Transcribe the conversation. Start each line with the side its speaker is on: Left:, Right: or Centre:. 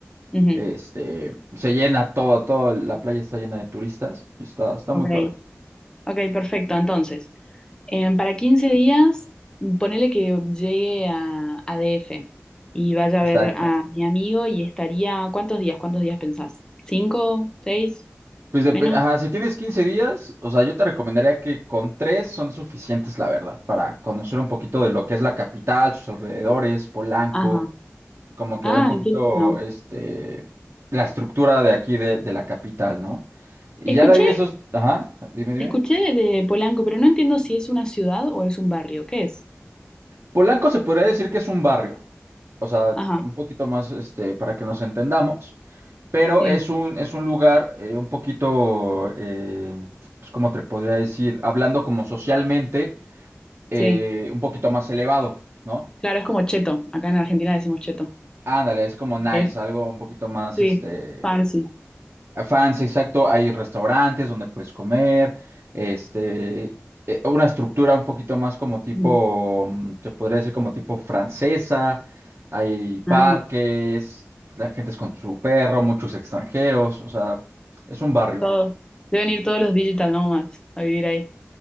Left: Ujú.
Right: este, se llena todo, toda la playa está llena de turistas. Está, está
Left: Ok,
Right: muy padre.
Left: ok, perfecto. Entonces, em, para 15 días, ponele que llegue a, a DF y vaya
Right: Exacto.
Left: a ver a mi amigo y estaría, ¿cuántos días? ¿Cuántos días pensás? ¿Cinco? ¿Seis?
Right: Pues depende,
Left: ¿Menos?
Right: ajá, si tienes 15 días, o sea, yo te recomendaría que con tres son suficientes, la verdad, para conocer un poquito de lo que es la capital, sus alrededores, Polanco,
Left: Ajá.
Right: como que
Left: Ah,
Right: un poquito,
Left: qué lindo.
Right: este, la estructura de aquí de, de la capital, ¿no? Y
Left: Escuché,
Right: ya de ahí de esos, ajá, dime, dime.
Left: escuché de Polanco, pero no entiendo si es una ciudad o es un barrio. ¿Qué es?
Right: Polanco se podría decir que es un barrio. o sea,
Left: Ajá,
Right: un poquito más este, para que nos entendamos, pero
Left: sí,
Right: es un, es un lugar eh, un poquito, eh, pues como te podría decir, hablando como socialmente, eh,
Left: sí.
Right: un poquito más elevado, ¿no?
Left: Claro, es como cheto. Acá en Argentina decimos cheto.
Right: Ándale, es como nice,
Left: Sí.
Right: algo un poquito más,
Left: Sí,
Right: este,
Left: fancy.
Right: Fans, exacto, hay restaurantes donde puedes comer, este, eh, una estructura un poquito más como tipo,
Left: Ujú.
Right: mm, se podría decir como tipo francesa, hay parques,
Left: Ah,
Right: la gente es con su perro, muchos extranjeros, o sea, es un barrio.
Left: todo. Deben ir todos los digital nomads a vivir ahí,